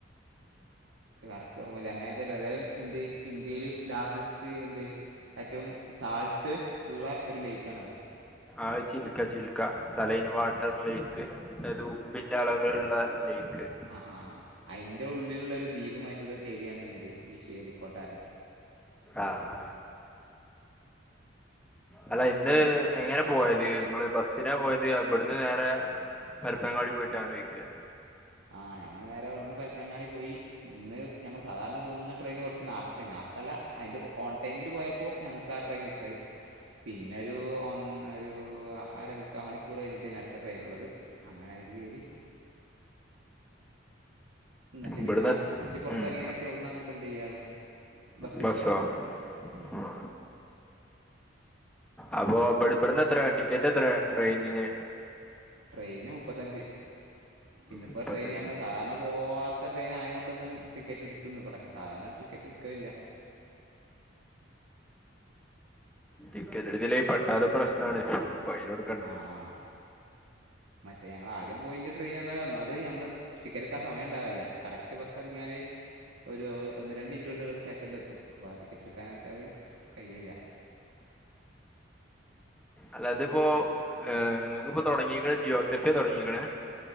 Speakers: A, on the right; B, in the centre.
A: കറക്റ്റ് ഓർമ്മ അങ്ങനെ ഏതായാലും ഏതായാലും എന്ത് ഇന്ത്യയിൽ ലാർജസ്റ്റ് എന്ത് ഏറ്റവും സാൾട്ട് ഉള്ള ഒരു ലേക്കാണത്
B: ആ Chilka Chilka saline water lake അതായത് ഉപ്പിന്റെ അളവ് വുള്ള ലൈക്ക്
A: ആഹ് ആഹ് ആ അതിൻ്റെ ഉള്ളിലുള്ള ഒരു ദ്വീപുമായിട്ടുള്ള ഒരു ഏരിയാണ് ഏത് ഈ ശ്രീഹരിക്കോട്ട
B: ആഹ് അല്ല ഇന്ന് എങ്ങനെ പോയത് നിങ്ങള് ബസ്സിന പോയത് ഇവിടുന്ന് നേരെ പപ്പങ്ങാടി പോയിട്ട് ആനോയിക്കുവ
A: ആ ഞങ്ങള് നേരെ വിടന്ന് പരിപ്പങ്ങാടി പോയി ഇന്ന് ഞങ്ങൾ സാധാരണ പോകുന്ന ട്രെയിൻ കുറച്ച് നാർത്ത നാർത്തല്ല അതിന്റെ ഓൺ ടൈമില് പോയപ്പോ അപ്പോൾ ഞങ്ങൾക്ക് ആ ട്രയിൻ മിസ്സായി പിന്നെരു ഒന്ന ഒരു അര മുുക്കാ മണിക്കൂർ കഴിഞ്ഞിട്ടാണ് അടുത്ത ട്രെയിൻ ഉള്ളത് അങ്ങനെ അതിൽ കയറി എന്നിട്ട്
B: ഇവിടുന്ന്
A: പിന്നെ കുറ്റിപ്പറത്ത്റങ്ങിയതിനേഷവ്ടന്ന്ങ്ങട്ട്
B: ഉം.
A: എന്തിയ്യാണ് ബസ്സിന്
B: ബസ്സോ
A: പോയി.
B: ആ,
A: ം
B: ആ. അപ്പൊ ബട് ബ്ട്ന്നെത്രെ ടിക്കറ്റ് എത്രെ ട്രെയിനിന്?
A: ട്രെയിന് മുപ്പത്തഞ്ച് ഇന്ന്പ്പോ
B: മുപ്പത്തഞ്ച്
A: ട്രെയിന് നമ്മള് സാധാരണ പോവാ അത്ര ട്രെയിൻ ആയത <unintelligible> യോണ്ട്ന്ന് ടിക്കറ്റ്ട്ത്ത്ന്ന് പക്ഷെ സാധാരണ ടിക്കറ്റ് ട്ക്കലില്ല.
B: ടിക്കറ്റ്ട്ത് ലെങി പട്ടാലും പ്രശ്നാണ്. ഫയിനൊട്
A: ആ ആഹ് മറ്റേ ഞങ്ങളാദ്യം പോയിൻ്റെ ട്രെയിനാലെന്നു അത് ഞമ്മള് ടിക്കറ്റ്ട്ക്കാ സമയംണ്ടാവല്ലാ കറക്റ്റ് മറ്റേ ബസ്സർങ്ങാല് ഒരു ഒന്ന് രണ്ട് മിനിറ്റൊണ്ട് സ്റ്റേഷനിലെത്തും അപ്പോ ആ ടിക്കറ്റ്ട്ക്കാൻ കയില്ല
B: അല്ലാത്പ്പോങ്ങ്ക്ക്പ്പോ തുടങ്ങീക്ക്ണ ജിയോഗ്രഫ്യാ തൊടങ്ങീക്ക്ണ്.